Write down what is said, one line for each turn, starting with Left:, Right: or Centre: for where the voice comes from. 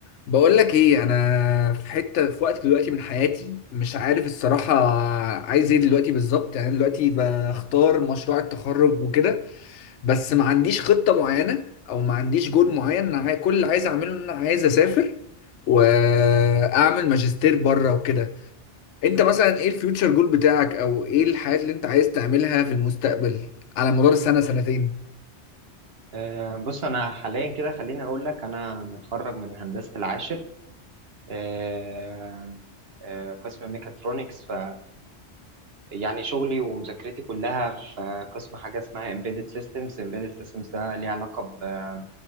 Left: بقول لك ايه انا في حته في وقت دلوقتي من حياتي مش عارف الصراحه عايز ايه دلوقتي بالظبط يعني دلوقتي بختار مشروع التخرج وكده بس ما عنديش خطه معينه او ما عنديش جول معين انا عاي- كل اللي عايز اعمله ان انا عايز اسافر واعمل ماجستير بره وكده انت مثلا ايه الفيوتشر جول بتاعك او ايه الحاجات اللي انت عايز تعملها في المستقبل على مدار السنه سنتين
Right: آه، بص انا حاليا كده خليني اقول لك انا متخرج من هندسه العاشر آه، آه، قسم ميكاترونكس ف يعني شغلي ومذاكرتي كلها في قسم حاجه اسمها embedded systems embedded systems ده ليه علاقه ب-